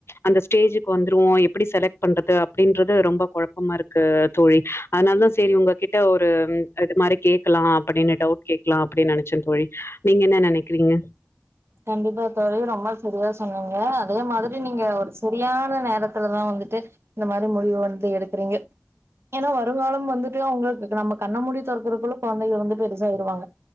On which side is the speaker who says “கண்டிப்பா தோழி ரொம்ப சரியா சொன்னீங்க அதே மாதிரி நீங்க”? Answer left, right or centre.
Right